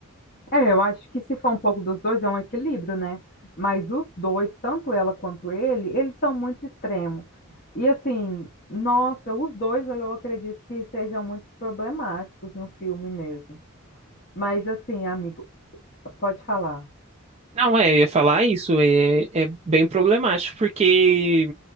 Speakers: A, on the left; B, on the right.
A: É, eu acho que se for um pouco dos dois, é um equilíbrio, né? Mas os dois, tanto ela quanto ele, eles são muito extremos. E assim, nossa, os dois eu acredito que sejam muito problemáticos no filme mesmo. Mas assim, amigo, Pode falar.
B: Não, é, eu ia falar isso, é, é bem problemático, porque,